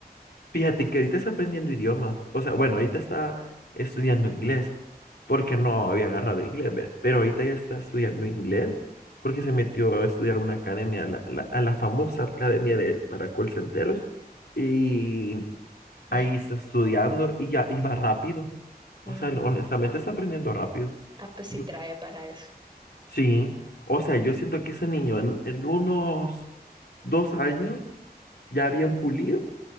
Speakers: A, on the left; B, on the right.
A: Fíjate que ahorita está aprendiendo idiomas. O sea, bueno, ahorita está estudiando inglés porque no había agarrado inglés, ¿ve? Pero ahorita ya está estudiando inglés porque se metió a estudiar una academia, a la, la- a la famosa academia de, para call centeros. Y
B: Eh,
A: ahí está estudiando y ya iba rápido. O
B: mm,
A: sea, honestamente está aprendiendo rápido.
B: ah, pues sí
A: Yo-
B: trae para eso.
A: Sí, o sea, yo siento que ese niño en, en unos dos años ya bien pulido